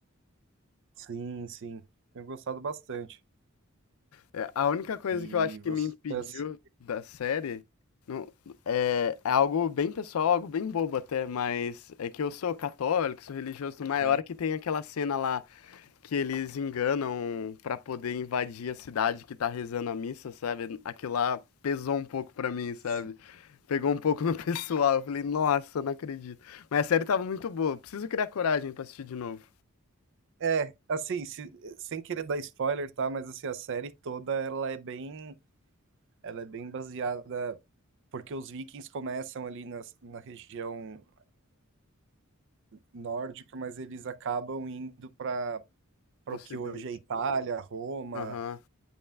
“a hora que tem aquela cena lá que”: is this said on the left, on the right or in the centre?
Left